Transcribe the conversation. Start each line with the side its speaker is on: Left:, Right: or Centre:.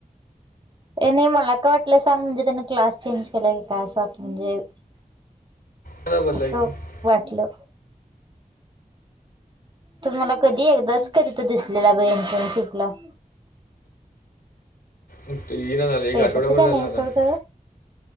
Right: ये नाही मला काय वाटलं सांग. म्हणजे त्यानं क्लास चेंज केलाय का काय असं वाटल. म्हणजे
Left: मला बोलला
Right: असं
Left: की
Right: वाटलं. तु मला कधी एकदाच कधीतर दिसलेला बाई इंटर्नशिपला.
Left: तो येईना झालं एक
Right: पैशाचं
Left: आठवडाभर
Right: काय
Left: झाल आला नाही.
Right: सोड खरं